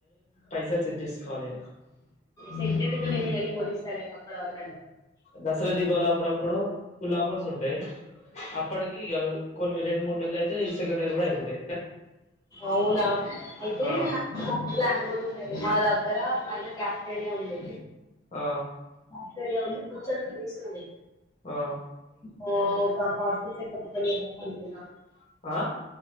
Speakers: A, on the left; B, on the left.
A: పైసలు సెట్ చేసుకోవాలి
B: సెట్ ఎందుకు నేను నేను కొనిస్తాలే అప్పటి వరకు
A: దసరా దీపాలు ఆఫర్ అప్పుడు ఫుల్ ఆఫర్స్ ఉంటాయి అప్పటికి కొన్ని రెండు మూడు నెలలు అయితే ఈ సెకండ్ ఇయర్ కూడా అయిపోతది
B: అవునా అయితే
A: ఆ
B: నాకు ప్లాన్ కూడా ఉన్నది మా దగ్గర దగ్గర పైన క్యాఫ్టీరియా ఉంది
A: ఆ
B: క్యాఫ్టీరియా ఉంది బొచ్చడంత ఏసీ ఉంది
A: ఆ
B: ఉహూ ఒక ఫార్టీ <unintelligible>
A: ఆ